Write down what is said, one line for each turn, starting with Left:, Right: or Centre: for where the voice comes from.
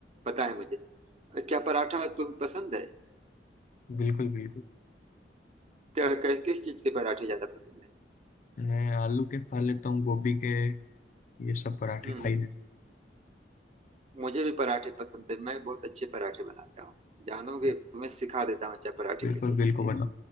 Right: पता है मुझे अ, क्या पराठा तुम्हें पसंद है
Left: बिल्कुल बिल्कुल
Right: क्या क्या- किस चीज के पराठे ज्यादा पसंद है
Left: मैं आलू के खा लेता हूँ गोभी के ये सब पराठे
Right: हम्म
Left: खा
Right: हम्म,
Left: ही लेता
Right: मुझे भी पराठे पसंद है मैं बहुत अच्छे पराठे बनाता हूँ जानोगे
Left: हूँ
Right: तुम्हें सिखा देता हूँ अच्छा पराठे
Left: बिल्कुल
Right: कैसे
Left: बिल्कुल
Right: बनते हैं
Left: बताओ